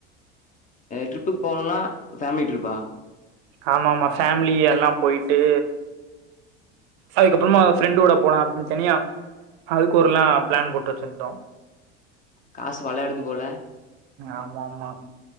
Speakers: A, on the left; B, on the right.
A: ட்ரிப்புக்கு போகணுனா ஃபேம்லி ட்ரிப்பா
B: ஆமாமா ஃபேமிலி எல்லா போய்ட்டு அதுக்கப்பறமா ஃப்ரெண்டோட போலா அப்டின் தனியா அதுக்கு ஒரு லா ப்ளான் போட்டு வெச்சுருந்தோ
A: காசு வெளயாடுது போல
B: ஆமா ஆமா